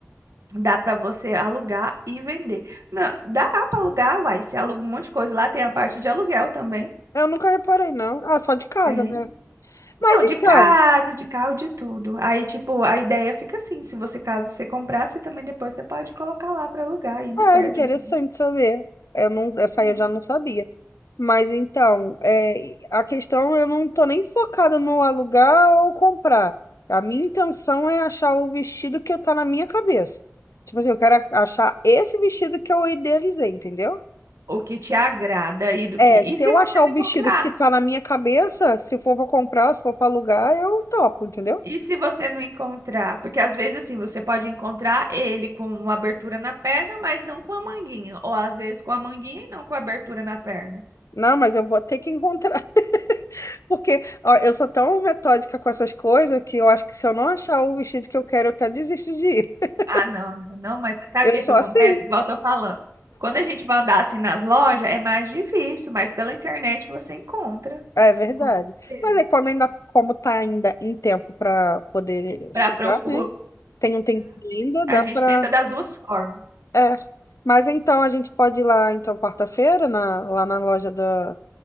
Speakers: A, on the right; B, on the left.
A: Dá para você alugar e vender. Não, dá para alugar, uai. Você aluga um monte de coisa. Lá tem a parte de aluguel também.
B: Eu nunca reparei, não. Ah, só de casa,
A: Tem.
B: né? Mas
A: Não, de
B: então,
A: casa, de carro, de tudo. Aí, tipo, a ideia fica assim: se você, caso você comprar, você também depois você pode colocar lá para alugar e não
B: é
A: perde,
B: interessante
A: entendeu?
B: saber. Eu não, essa
A: Hum.
B: aí eu já não sabia. Mas então, é, a questão eu não tô nem focada no alugar ou comprar. A minha intenção é achar o vestido que tá na minha cabeça. Tipo assim, eu quero achar esse vestido que eu idealizei, entendeu?
A: O que te agrada aí do
B: É,
A: que. E
B: se
A: se
B: eu
A: você
B: achar
A: me
B: o vestido
A: comprar?
B: que tá na minha cabeça, se for pra comprar, se for pra alugar, eu topo, entendeu?
A: E se você não encontrar? Porque às vezes, assim, você pode encontrar ele com uma abertura na perna, mas não com a manguinha. Ou às vezes com a manguinha e não com a abertura na perna.
B: Não, mas eu vou ter que encontrar. <laughs> Porque, ó, eu sou tão metódica com essas coisas que eu acho que se eu não achar o vestido que eu quero, eu até desisto de ir. <laughs>
A: Ah, não, amiga, não, mas você sabe
B: Eu
A: o que
B: sou
A: que acontece?
B: assim.
A: Igual eu tô falando. Quando a gente vai andar assim nas lojas, é mais difícil, mas pela internet você encontra,
B: É verdade.
A: com certeza.
B: Mas é quando ainda, como tá ainda em tempo para poder
A: Para
B: chegar,
A: procurar,
B: né? Tem um tempo ainda, dá
A: a gente
B: pra.
A: tenta das duas formas.
B: É. Mas então a gente pode ir lá, então, quarta-feira, na, lá na loja da,